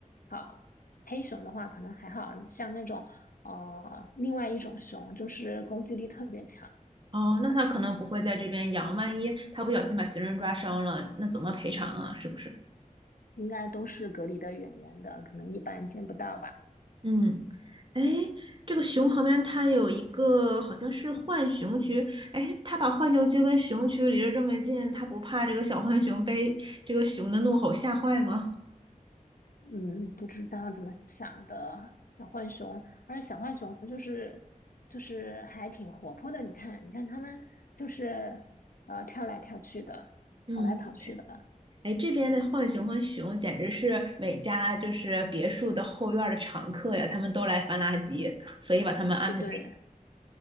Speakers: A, on the left; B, on the right.
A: 好；黑熊的话可能还好，像那种呃另外一种熊，就是攻击力特别强，
B: 哦，那它可能不会在这边养，万一它不小心把行人抓伤了，那怎么赔偿啊？是不是？
A: 应该都是隔离的远远的，可能一般见不到吧。
B: 嗯，哎，这个熊旁边它有一个好像是浣熊区，哎，它把浣熊区跟熊区离得这么近，它不怕这个小浣熊被这个熊的怒吼吓坏吗？
A: 嗯，不知道怎么想的小浣熊，而且小浣熊就是就是还挺活泼的。你看，你看它们就是呃跳来跳去的，
B: 嗯，
A: 跑来跑去的。
B: 哎，这边的浣熊和熊简直是每家就是别墅的后院儿的常客呀，他们都来翻垃圾，所以把他们安排在。
A: 对对